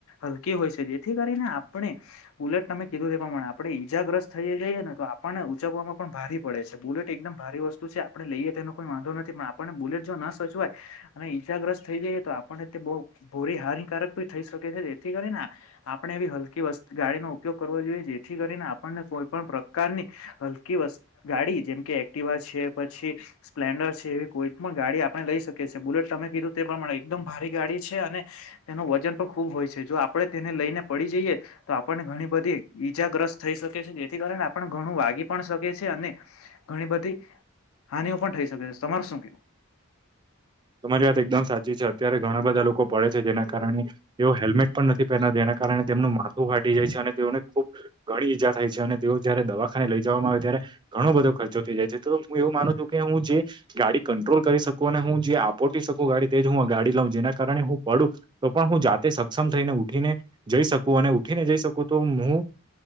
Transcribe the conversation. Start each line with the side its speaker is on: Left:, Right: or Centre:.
Left: હલકી હોય છે જેથી કરીને આપણે બુલેટ તમે કીધું તે એ પ્રમાણે આપણે ઈજાગ્રસ્ત થઈ જઈએ ને તો આપણને ઉચકવામાં પણ ભારે પડે છે બુલેટ એકદમ ભારી વસ્તુ છે આપણે લઈએ તેનો કોઈ વાંધો નથી પણ આપણને બુલેટ જો ના સજવાય અને ઈજાગ્રસ્ત થઈ જાય તો આપને બહુ ભોરી હાનિકારક ભી થઈ શકે છે જેથી કરીને આપણે એવી હલકી વસ્ત ગાડી નો ઉપયોગ કરવો જોઈએ જેથી કરીને આપણને કોઈ પણ પ્રકારની હલકી વસ્ ગાડી જેમ કે એક્ટિવા છે પછી સ્પ્લેન્ડર છે એવી કોઈ પણ ગાડી આપણે લઈ શકી છીએ બુલેટ તમે કીધું તેમા એકદમ ભારી ગાડી છે અને તેનું વજન પણ ખુબ હોય છે જો આપડણે તેને લઈને પડી જઈએ તો આપણને ઘણી બધી ઈજાગ્રસ્ત થઈ શકે છે જેથી કારણે આપણ ઘણું વાગી પણ શકે છે અને ઘણી બધી હાનિઓ પણ થઈ શકે છે તમારે શું કેવું
Right: તમારી વાત એકદમ સાચી છે અત્યારે ઘણા બધા લોકો પડે છે જેના કારણે એઓ હેલ્મેટ પણ નથી પહેના જેના કારણે તેમનું માથું ફાટી જાય છે અને તેઓને ખૂબ ઘણી ઈજા થાય છે અને તેઓ જયારે દવાખાને લઈ જવામાં આવે તૈયારે બધો ખર્ચો થ જાય છે તો હું એવું માનું છું કે હું જે ગાડી કંટ્રોલ કરી શકું અને હું જે પોટી શકું ગાડી તેજ હું ગાડી લઉં જેના કારણે હું પડું તો પણ હું જાતે સક્ષમ થઈને ઉઠીને જઈ શકું અને ઉઠીને જઈ શકું તો હું